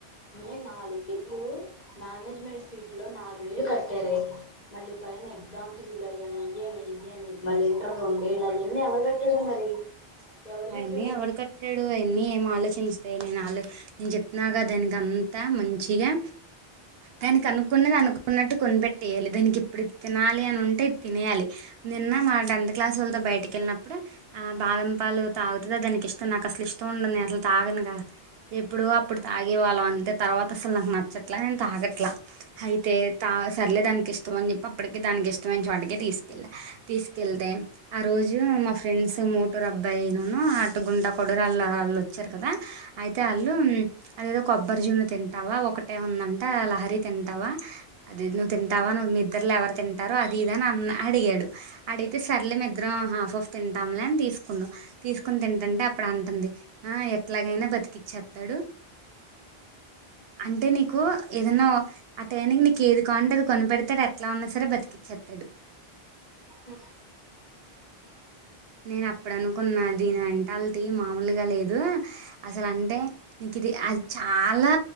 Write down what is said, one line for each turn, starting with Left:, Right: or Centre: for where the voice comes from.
Left: అమ్మీ నాలుగేళ్ళు మేనేజ్మెంట్ సీట్లో నాలుగేళ్ళు కట్టారె. మళ్ళీ పైన ఎగ్జామ్ ఫీజ్లని అయ్యని ఇయ్యని ఇయ్యని మళ్ళీ ఇంటరు రొండెళ్ళయింది ఎవరు కట్టాడో మరి. ఎవరు
Right: అయన్నీ
Left: చూసారే
Right: ఎవడు కట్టాడు అయన్నీ ఏం ఆలోచి ంచదే నేను అలో నేను చెప్తున్నాగా దానికి అంతా మంచిగా దానికి అనుకున్నది అనుకున్నట్టు కొనిపెట్టేయాలి. దానికి ఇప్పుడు ఇది తినాలి అని ఉంటే తినేయాలి. నిన్న మా టెన్త్ క్లాస్ వాళ్ళతో బయటికి వెళ్ళినప్పుడు ఆ బాదంపాలు తాగుతదా దానికి ఇష్టం నాకు అసలు ఇష్టం ఉండదు. నేను అట్లా తాగనుగా ఎప్పుడు అప్పుడు తాగేవాళ్ళం అం తే తర్వాత అసలు నాకు నచ్చట్లా నేను తాగట్లా. అయితే తా సర్లేదానికి ఇష్టం అని చెప్పి అప్పటికి దానికి ఇష్టమైన చోటుకే తీసుకెళ్ళా, తీసుకెళ్తే ఆ రోజు మా ఫ్రెండ్స్ మోటరు అబ్బాయి ఉన్ను అటు గుంటకొడూరు ఆళ్ళు ఆళ్ళు వచ్చారు కదా అయితే ఆళ్ళు అది ఏదో కొబ్బరి జున్ను తిం టావా ఒకటే ఉందంట లహరి తింటావా అది నువ్వు తింటావా నువ్వు మీ ఇద్దరులో ఎవరు తింటారు అ ఇదా నన్ను అడిగాడు అడిగితే సర్లే ఇద్దరం హాఫ్ హాఫ్ తింటాములే అని తీసుకున్నా, తీసుకుని తింటుంటే అప్పుడు అంటుంది ఆ ఎట్లాగైనా బతికిచ్చేస్తాడు అంటే నీకు ఏదైనా ఆ టైయనికి నీకు ఏది కావంటే అది కొనపెడతడు ఎట్లా ఉన్నా సరే బతికిచే తాడు
Left: హు
Right: నేను అప్పుడనుకున్నా దీని మెంటాలిటీ మామూలుగా లేదు. అసలు అంటే నీకు ఇది య చాలా